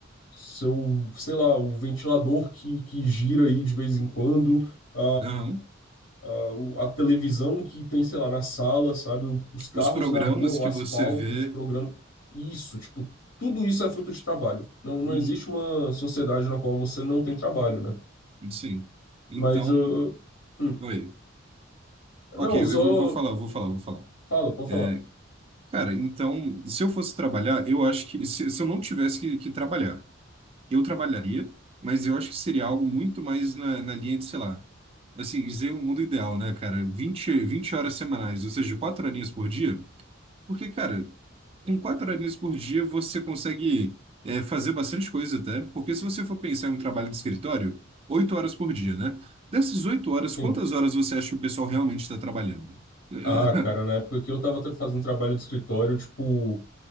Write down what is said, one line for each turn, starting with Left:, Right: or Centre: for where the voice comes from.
Left: seu, sei lá, o ventilador que, que gira aí de vez em quando, a,
Right: Aham.
Left: a, o- a televisão que tem, sei lá, na sala, sabe? O- Os carros
Right: Os programas
Left: na rua, o
Right: que
Left: asfalto,
Right: você vê.
Left: os programas. Isso, tipo, tudo isso é fruto de trabalho. Não, não
Right: Uhum.
Left: existe uma sociedade na qual você não tem trabalho, né?
Right: Sim. Então.
Left: Mas eu. hum,
Right: Oi.
Left: Não,
Right: Ok,
Left: eu
Right: eu,
Left: só.
Right: eu vou falar, eu vou falar, eu vou falar.
Left: Fala, pode
Right: É,
Left: falar.
Right: cara, então, se eu fosse trabalhar, eu acho que se, se eu não tivesse que, que trabalhar. eu trabalharia, mas eu acho que seria algo muito mais na, na linha de, sei lá, assim, dizer um mundo ideal, né, cara? vinte vinte horas semanais, ou seja, 4 horinhas por dia. Porque, cara, com 4 horinhas por dia você consegue é, fazer bastante coisa até, porque se você for pensar em um trabalho de escritório, oito horas por dia, né? Dessas oito horas,
Left: Sim.
Right: quantas horas você acha que o pessoal realmente está trabalhando? <laughs>
Left: Ah, cara, na época que eu tava tra- fazendo trabalho de escritório, tipo.